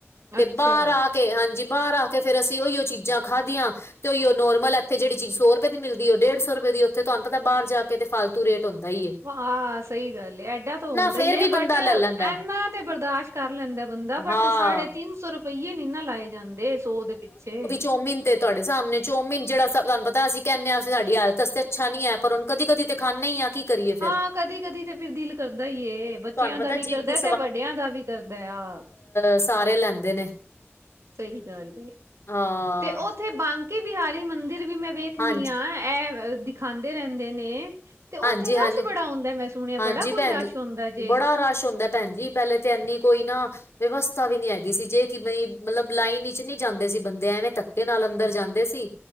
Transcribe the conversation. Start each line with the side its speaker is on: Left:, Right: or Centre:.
Left: ਤੇ
Right: ਅੱਛਾ
Left: ਬਾਹਰ ਆ ਕੇ ਹਾਂਜੀ। ਜੀ ਬਾਰ ਆ ਕੇ ਫੇਰ ਅਸੀਂ ਉਹੀਓ ਚੀਜ਼ਾਂ ਖਾਧੀਆਂ। ਤੇ ਓਇਓ ਨੋਰਮਲ ਇੱਥ ਜਿਹੜੀ ਚੀਜ਼ ਸੌ ਰੁਪਏ ਦੀ ਮਿਲਦੀ ਉਹ ਡੇ ਸੌ ਰੁਪਏ ਦੀ ਉੱਥੇ ਤੁਹਾਨੂੰ ਪਤਾ ਬਾਹਰ ਜਾ ਜਾ ਕੇ ਤੇ ਫਾਲਤੂ ਰੇਟ ਹੁੰਦਾ ਈ ਐ।
Right: ਹਾਂ, ਸਹੀ ਗੱਲ ਏਡਾ ਤਾਂ ਹੁੰਦਾ
Left: ਫੇਰ
Right: ਹੀ
Left: ਵੀ ਬੰਦਾ
Right: ਬਟ
Left: ਲੈ ਲੈਂਦਾ
Right: ਐਨਾ ਤੇ ਬਰਦਾਸ਼ਤ ਕਰ ਲੈਂਦਾ ਬੰਦਾ ਬਟ
Left: ਹਾਂ
Right: ਸਾਢੇ ਤਿੰਨ ਸੌ ਰੁਪਈਏ ਨੀ ਨਾ ਲਾਏ ਜਾਂਦੇ ਸੌ ਦੇ ਪਿੱਛੇ।
Left: ਚੌਮੀਨ ਤੇ ਤੁਹਾਡੇ ਸਾਹਮਣੇ ਚੋਮੀਨ ਜਿਹੜਾ ਤੁਹਾਨੂੰ ਪਤਾ ਅਸੀਂ ਕਹਿਣੇ ਆ ਸਾਡੀ ਸਿਹਤ ਵਾਸਤੇ ਅੱਛਾ ਨੀ ਐ ਪਰ ਹੁਣ ਕਦੀ ਕਦੀ ਤੇ ਖਾਣੇ ਆ। ਕੀ ਕਰੀਏ ਫਿਰ
Right: ਹਾਂ, ਕਦੀ ਕਦੀ ਤੇ ਫਿਰ ਦਿਲ ਕਰਦਾ ਈ ਐ
Left: ਤੁਹਾਨੂੰ
Right: ਬੱਚਿਆਂ
Left: ਪਤਾ
Right: ਦਾ ਵੀ
Left: ਜੀਭ
Right: ਕਰਦਾ
Left: ਦੀ
Right: ਤੇ ਵੱਡਿਆਂ ਦਾ ਵੀ ਕਰਦਾ ਆ।
Left: ਅ ਸਾਰੇ ਲੈਂਦੇ ਨੇ।
Right: ਸਹੀ ਗੱਲ ਐ
Left: ਹਾਂ
Right: ਤੇ ਉੱਥੇ ਬਾਂਕੀ ਬਿਹਾਰੀ ਮੰਦਿਰ ਵੀ ਮੈਂ ਵੇਖਣੀ
Left: ਹਾਂਜੀ
Right: ਐ ਇਹ ਦਿਖਾਂਦੇ ਰਹਿੰਦੇ ਨੇ। ਤੇ
Left: ਹਾਂਜੀ
Right: ਉੱਥੇ ਰਸ਼
Left: ਹਾਂਜੀ
Right: ਬੜਾ ਆਉਂਦਾ ਮੈਂ ਸੁਣਿਆ
Left: ਹਾਂਜੀ
Right: ਬੜਾ ਕੋਈ
Left: ਭੈਣ
Right: ਰਸ਼
Left: ਜੀ
Right: ਆਉਂਦਾ ਜੇ।
Left: ਬੜਾ ਰਸ਼ ਹੁੰਦਾ। ਭੈਣ ਜੀ ਪਹਿਲੇ ਤੇ ਇਨੀ ਕੋਈ ਨਾ ਵਿਵਸਥਾ ਵੀ ਨੀ ਹੈਗੀ ਸੀ ਜੇ ਕਿਵੇ ਮਤਲਬ ਲਾਈਨ ਵਿਚ ਨੀ ਜਾਂਦੇ ਸੀ ਬੰਦੇ ਐਵੇਂ ਧੱ ਦੇ ਨਾਲ ਅੰਦਰ ਜਾਂਦੇ ਸੀ।